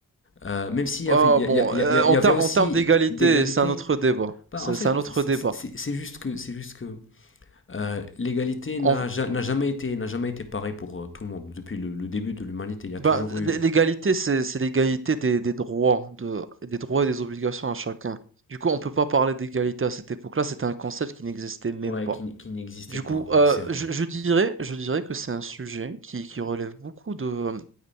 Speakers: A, on the left; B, on the right.
A: Euh, même s'il y
B: ah
A: avait il y,
B: bon,
A: y,
B: euh, en,
A: y y
B: ter-
A: avait
B: en
A: aussi
B: termes d'égalité,
A: d'égalité
B: c'est un autre débat.
A: bah
B: C'est
A: en
B: c'est
A: fait
B: un autre
A: c'est
B: débat.
A: c'est- juste que c'est juste que euh, l'égalité
B: On
A: n'a ja- n'a jamais été n'a jamais été pareil pour euh, tout le monde depuis le, le début de l'humanité il y a
B: Ben,
A: toujours
B: l'é-
A: eu
B: l'égalité, c'est, c'est l'égalité des, des droits, de, des droits et des obligations à chacun. Du coup, on peut pas parler d'égalité à cette époque-là, c'était un concept qui n'existait même
A: ouais
B: pas.
A: qui, qui n'existait
B: Du
A: pas
B: coup, euh,
A: ouais c'est vrai
B: je, je dirais, je dirais que c'est un sujet qui, qui relève beaucoup de, euh,